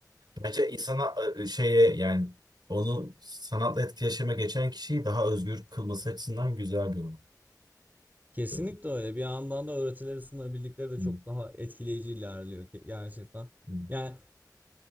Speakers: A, on the right; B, on the right.
A: Bence insana e, e, şeye yani onu sanatla etkileşime geçen kişiyi daha özgür kılması açısından güzel bir olay.
B: Kesinlikle
A: Ee,
B: öyle. Bir yandan da öğretileri sunabildikleri de
A: hı,
B: çok daha etkileyici ilerliyor ki gerçekten.
A: hı.
B: Yani